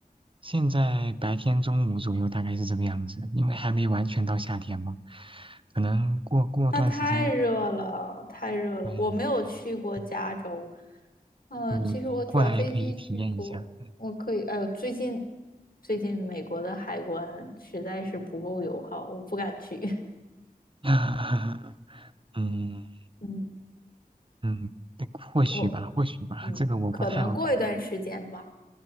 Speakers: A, on the right; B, on the left.
A: 现在白天中午左右大概是这个样子，因为还没完全到夏天嘛，可能过过段时间会，
B: 那太热了，太热了。
A: 对，
B: 我没有去过加州，
A: 嗯，
B: 呃，
A: 你过来可以体验一下，
B: 其实我转飞机去过，我可以，哎呦，最近最近美国的海关实在是不够友好，我不敢去。<laughs>
A: 嗯，<laughs> 嗯
B: 嗯，
A: 嗯，对或许吧，
B: 我
A: 或许吧，
B: 嗯，
A: 这个我不太好评价，
B: 可能过一段时间吧，